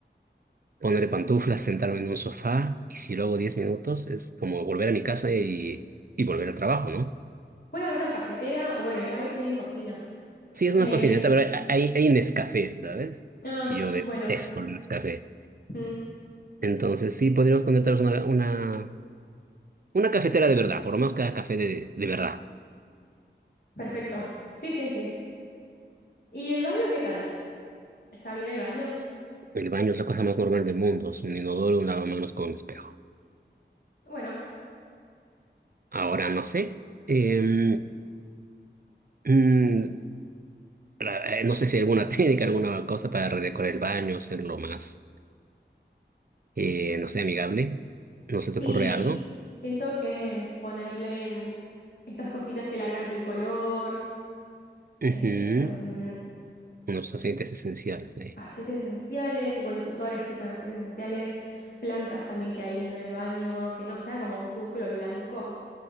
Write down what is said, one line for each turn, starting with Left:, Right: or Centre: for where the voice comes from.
Right: ponerle pantuflas, sentarme en un sofá y si luego 10 minutos es como volver a mi casa y, y volver al trabajo, ¿no?
Left: Puede haber una cafetera, o bueno, igual tienen cocina
Right: Sí, es
Left: en
Right: una
Left: el...
Right: cocineta, pero hay, hay hay Nescafé, ¿sabes?
Left: Ah,
Right: Y yo detesto
Left: bueno,
Right: el Nescafé.
Left: mm,
Right: Entonces sí, podríamos poner tal vez una, una, una cafetera de verdad, por lo menos cada café de, de verdad.
Left: perfecto. Sí, sí, sí. ¿Y el baño qué tal? ¿Está bien el baño?
Right: El baño es la cosa más normal del mundo, es un inodoro, un lavamanos con un espejo.
Left: Bueno,
Right: Ahora no sé. eh, mm, la- eh, no sé si hay alguna <laughs> técnica, alguna cosa para redecorar el baño, hacerlo más, eh, no sé, amigable. ¿No se
Left: sí,
Right: te ocurre algo?
Left: siento que ponerle mm, estas cositas que largan ricolor, eh,
Right: Ujú,
Left: mm,
Right: Unos aceites esenciales ahí.
Left: Aceites esenciales, tipo difusores, sí, con aceites esenciales, plantas también que hay lindo en el baño, que no sea como un cubículo blanco.